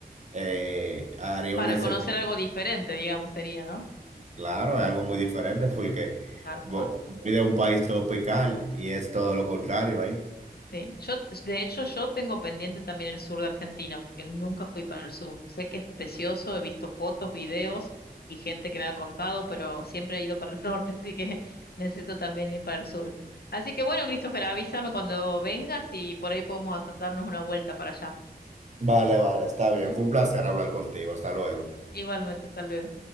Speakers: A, on the right; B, on the left.
A: eh, haría
B: Para
A: un excepción.
B: conocer algo diferente, digamos, sería, ¿no?
A: Claro, es algo muy diferente porque
B: Tal
A: vo-
B: cual.
A: voy de un país tropical y es todo lo contrario ahí.
B: Sí, yo, de hecho, yo tengo pendiente también el sur de Argentina, porque nunca fui para el sur. Sé que es precioso, he visto fotos, videos y gente que me ha contado, pero siempre he ido para el <laughs> norte, así que necesito también ir para el sur. Así que bueno, Christopher, avísame cuando vengas y por ahí podemos hacer- darnos una vuelta para allá.
A: Vale, vale, está bien.
B: ¿Mm?
A: Fue un placer hablar contigo. Hasta luego.
B: Igualmente, hasta luego.